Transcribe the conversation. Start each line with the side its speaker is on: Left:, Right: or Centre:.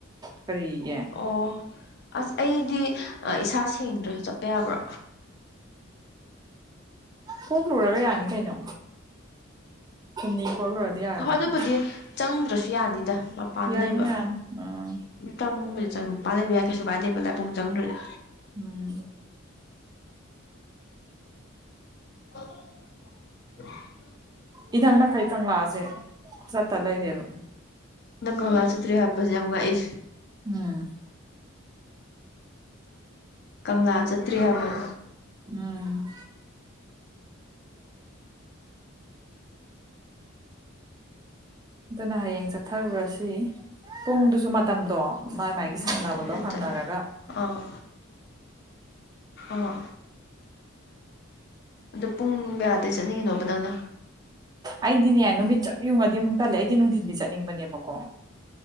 Right: ꯀꯔꯤꯒꯤ
Left: ꯑꯣ ꯑꯁ ꯑꯩꯗꯤ ꯏꯁꯥ ꯁꯦꯡꯗ꯭ꯔꯁꯨ ꯆꯠꯄ ꯌꯥꯕ꯭ꯔꯣ
Right: ꯍꯣꯛꯂꯒ ꯌꯥꯅꯤ ꯀꯩꯅꯣ ꯍꯨꯝꯅꯤ ꯄꯣꯛꯂꯨꯔꯗꯤ ꯌꯥꯔꯝꯃꯅꯤ
Left: ꯎꯝ ꯑꯗꯨꯕꯨꯗꯤ ꯆꯪꯗ꯭ꯔꯁꯨ ꯌꯥꯅꯤꯗ ꯃꯄꯥꯟ
Right: ꯌꯥꯅꯤ
Left: ꯂꯩꯕ
Right: ꯌꯥꯅꯤ ꯑꯥ
Left: ꯆꯪꯕꯗ ꯆꯪ ꯃꯄꯥꯟ ꯂꯩꯕ ꯌꯥꯏ ꯀꯩꯁꯨ ꯀꯥꯏꯗꯦꯕ ꯂꯥꯏꯄꯨꯡ ꯆꯪꯗ꯭ꯔꯣꯏꯗ
Right: ꯎꯝ
Left: ꯑ
Right: ꯏꯅꯛ ꯅꯥꯈꯩ ꯀꯪꯂꯥꯁꯦ ꯆꯠꯇ ꯂꯩꯔꯦꯕ
Left: ꯅꯪ ꯀꯣꯂ ꯆꯇ꯭ꯔꯤ ꯍꯥꯞꯄꯁꯦ ꯌꯥꯝꯨꯛ ꯑꯩ
Right: ꯎꯝ
Left: ꯀꯪꯂꯥ ꯆꯠꯇ꯭ꯔꯤ ꯍꯥꯏꯕꯅꯤ
Right: ꯎꯝ ꯑꯗꯨꯅ ꯍꯌꯦꯡ ꯆꯠꯊꯔꯨꯔꯁꯤ ꯄꯨꯡꯗꯨꯁꯨ ꯃꯇꯝꯗꯣ ꯃꯥꯏ ꯃꯥꯏꯒꯤ
Left: ꯎꯝ
Right: ꯁꯥꯟꯅꯕꯗꯣ
Left: ꯆꯠꯂꯦ
Right: ꯍꯪꯅꯔꯒ
Left: ꯆꯠꯂꯦ ꯑꯥ ꯑꯥ ꯑꯗꯨꯣ ꯄꯨꯡ ꯀꯌꯥꯗꯩ ꯆꯠꯅꯤꯡꯉꯤꯅꯣꯕ ꯅꯪꯅ
Right: ꯑꯩꯗꯤꯅꯦ ꯅꯨꯃꯤꯠ ꯆꯞ ꯌꯨꯡꯉꯗꯤ ꯑꯃꯨꯛ ꯇꯜꯂꯦ ꯑꯩꯗꯤ ꯅꯨꯡꯊꯤꯟꯗꯤ ꯆꯠꯅꯤꯡꯕꯅꯦꯕꯀꯣ